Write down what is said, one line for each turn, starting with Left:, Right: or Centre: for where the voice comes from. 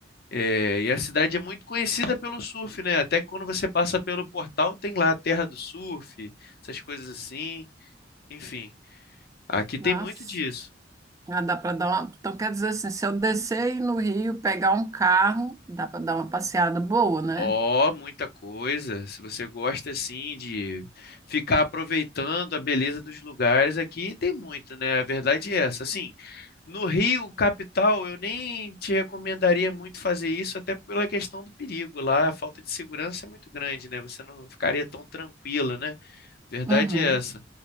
Left: É, e a cidade é muito conhecida pelo surf, né? Até que quando você passa pelo portal, tem lá a terra do surf, essas coisas assim. Enfim, aqui
Right: Nossa,
Left: tem muito disso.
Right: ah, dá para dar uma. Então, quer dizer assim, se eu descer aí no Rio, pegar um carro, dá para dar uma passeada boa, né?
Left: Ó, muita coisa. Se você gosta assim de ficar aproveitando a beleza dos lugares, aqui tem muito, né? A verdade é essa. Assim, no Rio, capital, eu nem te recomendaria muito fazer isso, até pela questão do perigo. Lá a falta de segurança é muito grande, né? Você não ficaria tão tranquila, né? Verdade
Right: Uhum,
Left: é essa.